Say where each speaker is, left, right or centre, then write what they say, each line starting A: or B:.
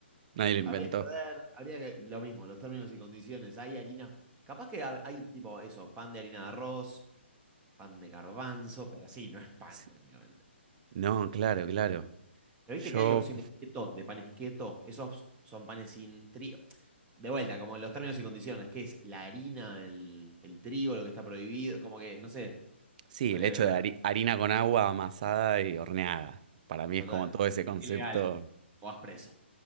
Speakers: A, on the right; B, on the right.
A: nadie lo inventó.
B: Habría que ver, habría que, lo mismo, los términos y condiciones. Hay harinas, capaz que ha- hay tipo eso, pan de harina de arroz, pan de garbanzo, pero sí, no es pan
A: Sí.
B: técnicamente.
A: No, claro, claro.
B: Pero
A: Yo
B: viste que hay opciones keto, de panes keto, esos son panes sin trigo. De vuelta, como los términos y condiciones, ¿qué es? La harina, el, el trigo, lo que está prohibido, como que, no sé,
A: Sí,
B: habría
A: el hecho
B: que ver,
A: de hari- harina con agua amasada y horneada. Para mí
B: total.
A: es como todo ese concepto.
B: Es ilegal, o vas preso.